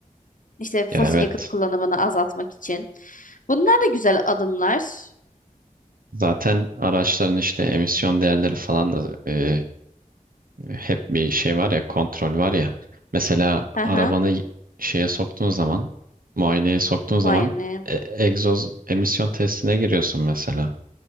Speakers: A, on the left; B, on the right.
A: İşte fosil
B: Ya evet.
A: yakıt kullanımını azaltmak için. Bunlar da güzel adımlar.
B: Zaten araçların işte emisyon değerleri falan da e, hep bir şey var ya kontrol var ya. Mesela
A: Aha.
B: arabanı şeye soktuğun zaman muayeneye soktuğun
A: Vay
B: zaman
A: ne.
B: e, egzoz emisyon testine giriyorsun mesela.